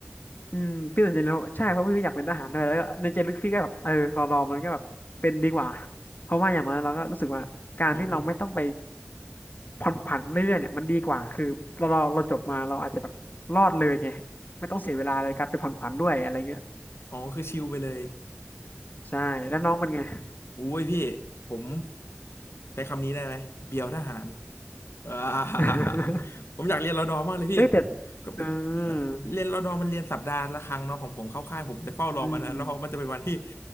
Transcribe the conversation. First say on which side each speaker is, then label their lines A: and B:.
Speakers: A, on the left; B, on the left.
A: อืมพี่สนใจเลยนใช่เพราะพี่อยากเป็นทหารด้วยแล้วก็ในใจลึกพี่ก็แบบเออรอรอมันก็แบบเป็นดีกว่าเพราะว่าอย่างน้อยเราก็รู้สึกว่าการที่เราไม่ต้องไป
B: อ๋อ
A: ผ่อนผันเรื่อยๆเนี่ยมันดีกว่าคือเราเราเราจบมาเราอาจจะแบบรอดเลยไงไม่ต้องเสียเวลาในการไปผ่อนผันด้วยอะไรเงี้ย
B: อ๋อคือชิลไปเลย
A: ใช่แล้วน้องเป็นไง
B: อ่าอุ้ยพี่ผมใช้คำนี้ได้ไหมเบียวทหารอ่า <laughs>
A: <laughs>
B: ผมอยากเรียนรอดอมากเลยพี่ผมก็เป็นเอ่อเรียนรอดอมันเรียนสัปดาห์ละครั้งเนาะของผมเข้าค่ายผมจะเฝ้ารอวันนั้นเนาะพราะมันจะเป็นวันที่
A: เอ้ยแต่เอออืม